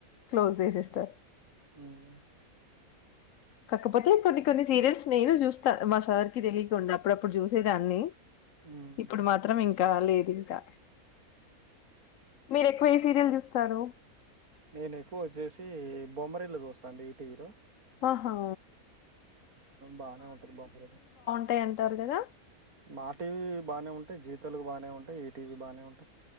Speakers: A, on the left (about 70°); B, on the right (about 80°).
A: క్లోజ్ చేసేస్తారు
B: ఉమ్
A: కాకపోతే కొన్ని కొన్ని సీరియల్స్ నేను చూస్తా మా సార్కి తెలియకుండా అప్పుడప్పుడు చూసేదాని
B: హ్మ్.
A: ఇప్పుడు మాత్రం ఇంకా లేదు ఇంకా మీరు ఎక్కువ ఎమ్ సీరియల్ చూస్తారు
B: నేను ఎక్కువ వచ్చేసి బొమ్మరిల్లు చూస్తా అండి ఈటీవీలో
A: ఆహా
B: బానే ఉంటది బొమ్మరిల్లు
A: అట్ అంటారు గదా
B: మా టీవీ బానే ఉంటాయి జీతెలుగు బానే ఉంటాయి ఈ టీవీ బానే ఉంటాయి